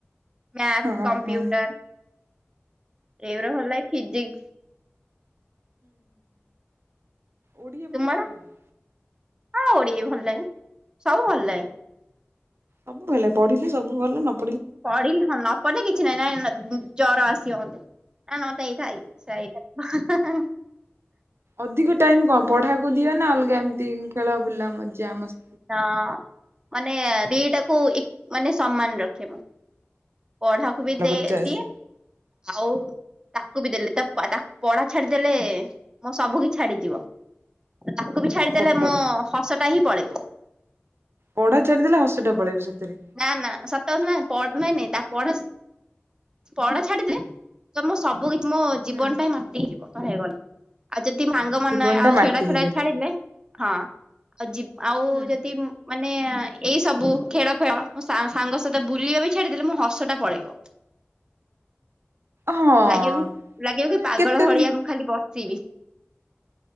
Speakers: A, on the right (about 20°); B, on the right (about 65°).
A: ମ୍ୟାଥ,
B: ହଁ ହଁ
A: କମ୍ପ୍ୟୁଟର
B: ହୁଁ
A: ଏଗୁରା ଭଲ ଲାଗେ। ଫିଜିକ୍ସ।
B: ଓଡ଼ିଆ ପଢିବାକୁ
A: ତୁମର
B: ଭଲ ଲାଗେ?
A: ହଁ ଓଡିଆ ଭଲ ଲାଗେ। ସବୁ ଭଲ ଲାଗେ।
B: ସବୁବେଳେ ପଢିଲେ ସବୁ ଭଲ ନ ପ
A: ପଢିଲି ହ ନ ପଢିଲେ କି କିଛି ନାଇଁ ନାଇଁ ଜର ଆସିିବମୋତେ। ନା ନ ତ ଏଇଠାଇ ସେଇଟା <unintelligible>
B: ଅଧିକ ଟାଇମ କଣ ପଢାକୁ ଦିଅ ନା ଅଲଗା ଏମିତି ଖେଳ ବୁଲା ମଜା ମସ୍ତ?
A: ତ ମାନେ ଦିଟାକୁ ମାନେ ସମ୍ମାନ ରଖିବ। ପଢାକୁ
B: ଭଲ
A: ବି ଦେ
B: କରିଛ ଆସି
A: ଦିଏ ଆଉ ତାକୁ ବି ଦେଲେ ତା ପାଦା ପଢା ଛାଡିଦେଲେ ମୋ ସବୁକି ଛାଡିଯିବ। ତାକୁ ବି ଛାଡିଦେଲେ
B: ସତ
A: ମୋ
B: କଥା
A: ହସଟା ହିଁ ପଳେଇବ ।
B: ପଢା ଛାଡ଼ିଦେଲେ ହସଟା ପଳେଇବ। ସତରେ।
A: ନା ନା ସତ ନାଇଁ ପଢ
B: ଆଉ
A: ନହିଁ ନାଇଁ ତା ପଢ ପଢା ଛାଡିଦେ ତମ ସବୁ କି ମୋ ଜୀବନଟା
B: ହୁଁ
A: ମାଟି ହେଇଯିବ। କ ହେଇଗଲା ଆଉ ଯଦି ସାଙ୍ଗ ମାନେ
B: ଜୀବନ
A: ଆଉ
B: ଟା ମାଟି
A: ଖେଡ
B: ହେଇଯିବ
A: ଫେଡା ଛାଡିଲେ
B: ଠିକ।
A: ହଁ ଆଉ ଆଉ
B: ହୁଁ
A: ଯଦି ମ ମାନେ ଏଇ ସବୁ ଖେଳ ଫେଳ ସାଙ୍ଗ ସହିତ ବୁଲିବା ବି ଛାଡିଦେଲେ ମୋ ହସଟା ପଳେଇବ।
B: ହଁ
A: ଲାଗିବ କି ଲାଗିବ
B: ମାନେ
A: କି ପାଗଳ
B: କେତେ
A: ଭଳିଆ
B: ଦିନ
A: ମୁ ଖାଲି ବ ସିବି।